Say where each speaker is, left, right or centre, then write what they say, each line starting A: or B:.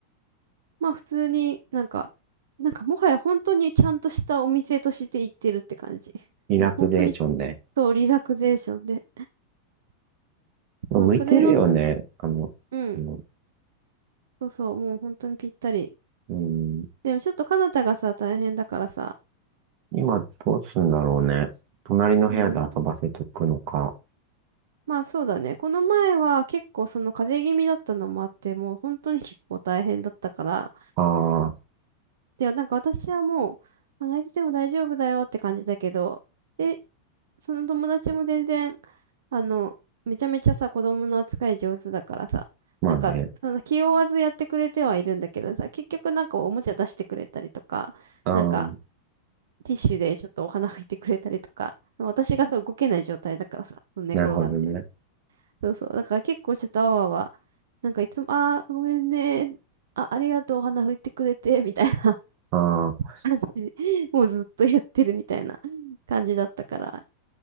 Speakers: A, on the right; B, on the right.
A: まあ普通になんか、なんかもはや本当にちゃんとしたお店として行ってるって感じ。
B: リラクゼーションで。
A: もう本当にそうリラクゼーションで。
B: 向いてるよね。
A: そう、それのつ、
B: あの、
A: うん。
B: あの
A: そうそう、もう本当にぴったり。
B: うん、
A: でもちょっとカナタがさ、大変だからさ。
B: 今どうすんだろうね。隣の部屋で遊ばせとくのか。
A: うん。まあそうだね。この前は結構その風邪気味だったのもあって、もう本当に結構大変だったから。
B: ああ、
A: で、なんか私はもう、まあ泣いてても大丈夫だよって感じだけど、で、その友達も全然、あの、めちゃめちゃさ、子供の扱い上手だからさ、
B: まあね。
A: なんか、その気負わずやってくれてはいるんだけどさ、結局なんかおもちゃ出してくれたりとか、
B: ああ、
A: なんか、ティッシュでちょっとお花拭いてくれたりとか、私がさ動けない状態だからさ、寝転がって。
B: なるほどね。
A: そうそう。だから結構ちょっとあわあわ、なんかいつも、あーごめんね。あ、ありがとう、お花拭いてくれて、みたいな <laughs>
B: あー
A: 感じで、もうずっとやってるみたいな感じだったから。